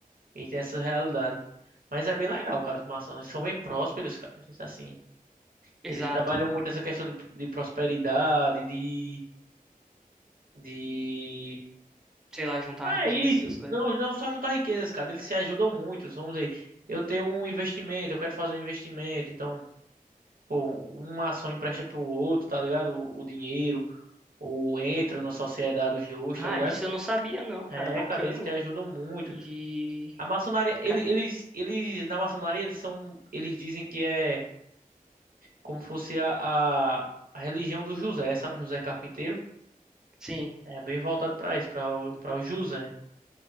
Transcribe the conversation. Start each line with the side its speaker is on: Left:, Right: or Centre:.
Right: E tem essa realidade. Mas é bem legal, cara, os maçons. Eles são bem prósperos, cara. Eles, assim,
Centre: exato.
Right: eles trabalham muito essa questão de, de prosperidade, de, de...
Centre: Sei lá, juntar
Right: Ah,
Centre: riqueza,
Right: É isso.
Centre: essas coisas.
Right: Não, não só juntar riquezas, cara. Eles se ajudam muito. Vamos dizer, eu tenho um investimento, eu quero fazer um investimento. Então, pô, uma ação empresta pro outro, tá ligado? O, o dinheiro. Ou entra na sociedade os dois,
Centre: Ah,
Right: tá ligado?
Centre: disso eu não sabia, não, cara.
Right: É,
Centre: Bacana.
Right: cara, eles se ajudam muito.
Centre: E.
Right: A maçonaria, ele-
Centre: ca-
Right: eles, eles, na maçonaria, eles são, eles dizem que é como fosse a, a, a religião do José, sabe? José Carpinteiro.
Centre: Sim.
Right: É bem voltado pra isso, pra, o- pra o José.